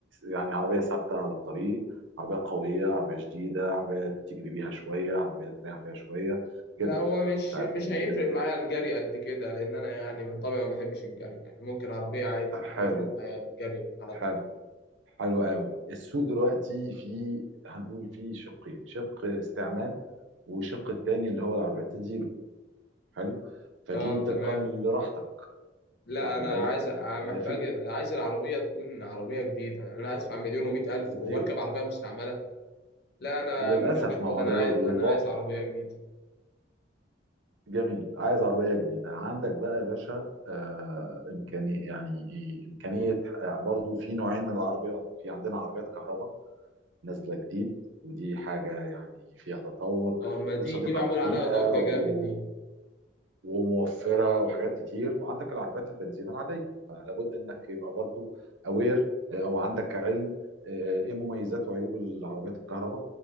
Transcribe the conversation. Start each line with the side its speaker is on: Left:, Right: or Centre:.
Right: يعني عربيه ثابته على الطريق عربيه قويه عربيه شديده عربيه تجري بيها شويه عربيه تريح بيها شويه
Left: لا
Right: كده
Left: هو مش
Right: فال
Left: مش
Right: ال...
Left: هيفرق معايا
Right: ال-
Left: الجري قد كده لان انا يعني من طبعي ما بحبش الجري يعني ممكن عربيه عادي
Right: حلو
Left: يفرق معايا الجري على الطريق
Right: حلو حلو قوي السوق دلوقتي في هنقول في شقين شق استعمال وشق التاني اللي هو العربيات الزيرو حلو فدي
Left: اه
Right: طبقا
Left: تمام
Right: لراحتك
Left: لا
Right: واخد
Left: انا
Right: بالك
Left: عايز محتاج
Right: آه، في
Left: عايز العربيه تكون عربيه جديده انا هدفع مليون ومئة الف واركب
Right: زيرو
Left: عربيه مستعمله لا انا
Right: للاسف
Left: من وجهه نظري
Right: ما هو
Left: انا
Right: ده
Left: عايز
Right: ال-
Left: انا
Right: الواقع
Left: عايز عربيه جديده
Right: جميل عايز عربية جديدة عندك بقى يا باشا آه إمكانية يعني إيه، إمكانية آه برضو في نوعين من العربيات في عندنا عربيات كهرباء نازلة جديد ودي حاجة يعني فيها تطور
Left: اه ما دي
Right: وصديقة
Left: دي معمول
Right: للبيئة
Left: عليها ضجه
Right: و...
Left: جامد دي
Right: وموفرة وحاجات كتير وعندك العربيات البنزين العادية لابد إنك يبقى برضو أوير أو عندك علم آه، إيه مميزات وعيوب العربيات الكهرباء